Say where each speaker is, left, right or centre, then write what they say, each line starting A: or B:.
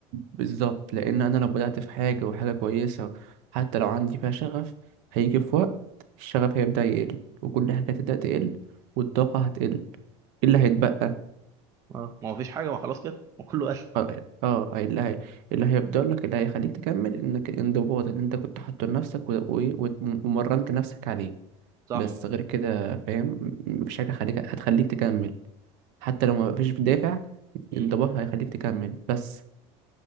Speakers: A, on the right; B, on the right.
A: بالظبط لان انا لو بدات في حاجه وحاجه كويسه حتى لو عندي فيها شغف هيجي
B: امم
A: في وقت الشغف هيبدا يقل وكل حاجه هتبدا تقل والطاقه هتقل إيه اللي هيتبقى
B: اه ما هو فيش حاجة ما خلاص كده وكله قال
A: اه آه، آه، اللي هي اللي هيفضل لك اللي هيخليك تكمل انك الانضباط اللي انت كنت حاطه لنفسك و- و- و- ومرنت نفسك عليه
B: صح
A: بس غير كده فاهم م- مفيش حاجة خليك هتخليك تكمل حتى لو مفيش دافع
B: مم.
A: الانضباط هيخليك تكمل بس